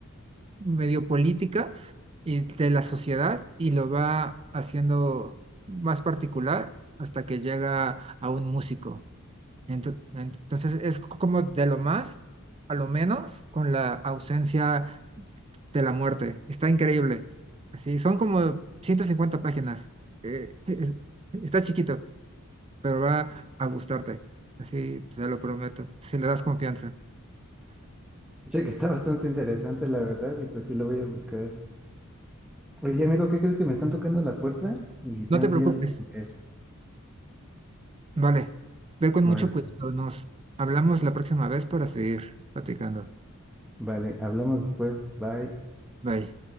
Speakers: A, on the right; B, in the centre.
A: medio políticas y de la sociedad y lo va haciendo más particular hasta que llega a un músico. Ento- Entonces es como de lo más a lo menos con la ausencia de la muerte. Está increíble. Así, son como 150 páginas. Eh, es- está chiquito, pero va a gustarte. Así te lo prometo, si le das confianza.
B: Oye, que está bastante interesante, la verdad, y pues sí lo voy a buscar. Oye, amigo, ¿qué crees que me están tocando la puerta? Y tengo
A: No te preocupes,
B: que ir a responder.
A: Vale, ve con
B: Vale,
A: mucho cuidado. Nos hablamos la próxima vez para seguir platicando.
B: vale, hablamos después. Bye.
A: Bye.